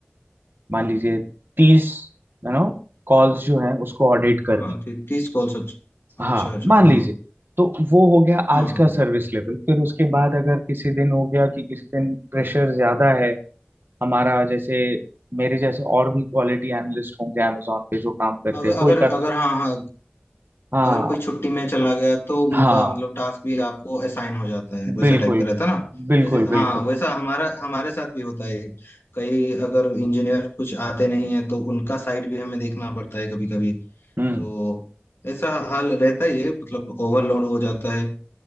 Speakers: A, on the right (about 60°); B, on the left (about 85°).
A: मान लीजिए तीस यू नो कॉल्स जो हैं उसको ऑडिट करने
B: हाँ
A: हैं।
B: तीस कॉल्स अच्छा
A: हाँ
B: अच्छा अच्छा
A: मान
B: हाँ
A: लीजिए तो वो हो गया
B: हाँ
A: आज
B: हाँ
A: का सर्विस लेवल फिर उसके बाद अगर किसी दिन हो गया कि किसी दिन प्रेशर ज्यादा है हमारा जैसे मेरे जैसे और भी क्वालिटी एनालिस्ट होंगे amazon पे जो काम करते
B: अगर
A: हैं
B: अगर
A: कोलकाता
B: अगर हाँ हाँ
A: हाँ
B: अगर कोई छुट्टी में चला गया तो
A: हाँ
B: उनका मतलब टास्क भी आपको असाइन हो जाता है वैसा
A: बिल्कुल
B: टाइप का रहता है ना
A: बिल्कुल
B: जैसे हाँ
A: बिल्कुल
B: वैसा हमारा हमारे साथ भी होता है कई अगर इंजीनियर कुछ आते नहीं है तो उनका साइड भी हमें देखना पड़ता है कभी कभी
A: हम्म
B: तो ऐसा हाल रहता ही है मतलब ओवरलोड हो जाता है